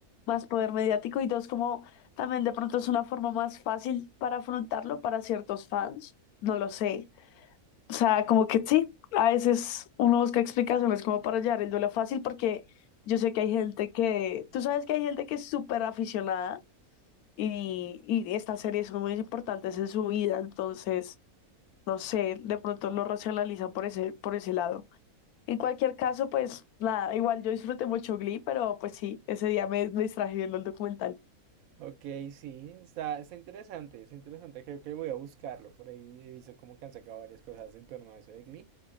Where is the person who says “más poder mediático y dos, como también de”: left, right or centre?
Left